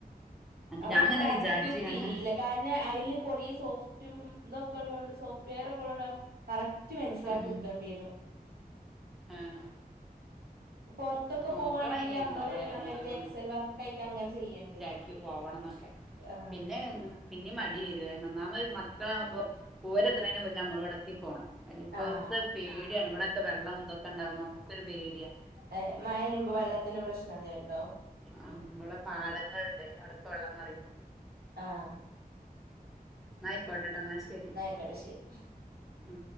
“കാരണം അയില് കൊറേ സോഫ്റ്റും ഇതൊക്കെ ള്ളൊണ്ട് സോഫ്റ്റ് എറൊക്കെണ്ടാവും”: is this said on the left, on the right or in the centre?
Right